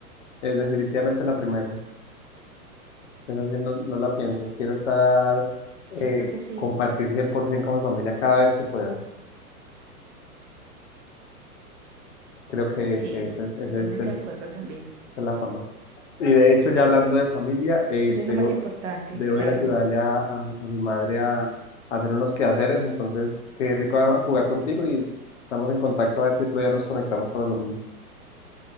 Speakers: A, on the left (about 50°); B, on the right (about 50°).
A: Es definitivamente la primera. Esa sí no, no la pienso. Quiero estar,
B: ¿Cierto
A: eh,
B: que sí?
A: compartir 100% con mi familia cada vez que pueda. Creo que,
B: Sí,
A: que ese- ese
B: totalmente
A: es el-
B: de
A: esa
B: acuerdo también.
A: es la forma. Y de hecho, ya hablando de familia, eh,
B: Eso es
A: tengo,
B: lo más importante,
A: debo
B: claro.
A: ir a ayudarle a, a, a mi madre a, a hacer unos quehaceres. Entonces, qué rico a- jugar contigo y estamos en contacto a ver si otro día nos conectamos para lo mismo.